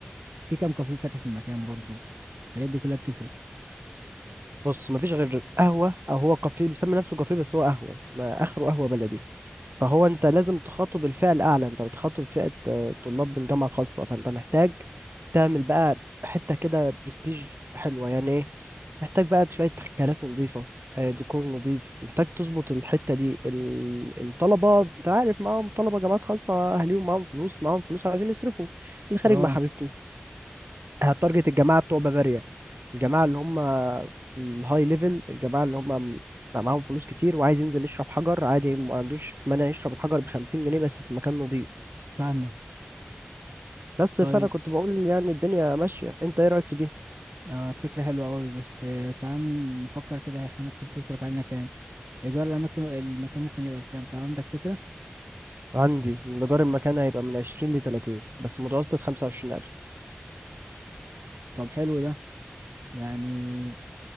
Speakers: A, on the right (about 80°); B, on the right (about 65°).
A: في كام كافيه فاتح في المكان برضو الحاجات دي كلها بتفرق
B: بص مفيش غير قهوة او هو كافيه مسمي نفسه كافيه بس هو قهوة ما اخره قهوة بلدي فهو انت لازم تخاطب الفئة الاعلى انت بتخاطب فئة آه، طلاب بالجامعة الخاصة فانت محتاج تعمل بقى حتة كده برستيج حلوة يعني إيه؟ محتاج بقى شوية كراسي نظيفة آه، ديكور نظيف محتاج تظبط الحتة دي ال- الطلبة انت عارف معاهم طلبة جامعات خاصة أهاليهم معاهم فلوس معاهم فلوس عايزين يصرفوا اللي خارج
A: اه
B: مع حبيبته هتارجت الجماعة بتوع بافاريا الجماعة اللي هم الهاي ليفل الجماعة اللي هم بقى معاهم فلوس كتير وعايز ينزل يشرب حجر عادي ما عندوش مانع يشرب الحجر بخمسين جنيه بس في مكان نظيف
A: فاهمك
B: بس
A: طيب
B: فأنا كنت بقول يعني الدنيا ماشية انت ايه رأيك في دي؟
A: آه فكره حلوه قوي بس آه تعال نفكر كده احنا ممكن تصرف علينا كام ايجار الاماكن المكان ممكن يبقى بكام طب عندك فكره
B: عندي إن إيجار المكان هيبقى من عشرين لتلاتين بس متوسط خمسة وعشرين ألف
A: طب حلو ده يعني